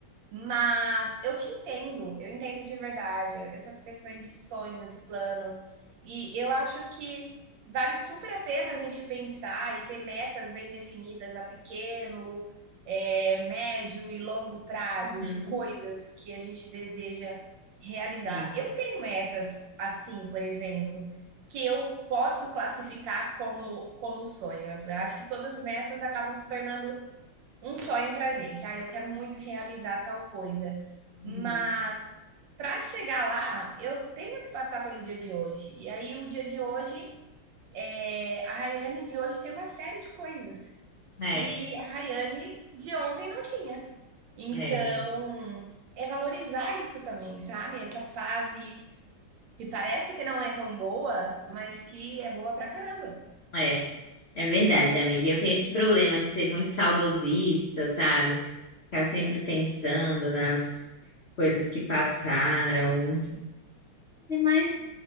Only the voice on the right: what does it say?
Mas eu te entendo, eu entendo de verdade essas questões de sonhos e planos. E eu acho que vale super a pena a gente pensar e ter metas bem definidas a pequeno, é, médio e longo prazo
de coisas que a gente deseja realizar.
Eu tenho metas assim, por exemplo, que eu posso classificar como, como sonhos. Eu acho que todas as metas acabam se tornando um sonho para gente. Ah, eu quero muito realizar tal coisa, mas
para chegar lá, eu tenho que passar pelo dia de hoje. E aí, o dia de hoje, é... a Rayane de hoje tem uma série de coisas
que a Rayane de ontem não tinha. Então,
é valorizar isso também, sabe? Essa fase que parece que não é tão boa, mas que é boa pra caramba.